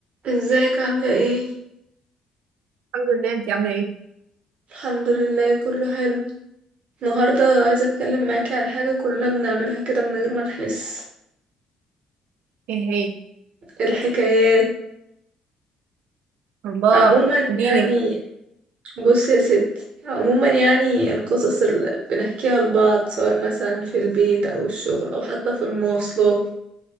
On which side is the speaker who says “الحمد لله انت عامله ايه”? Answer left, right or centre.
Right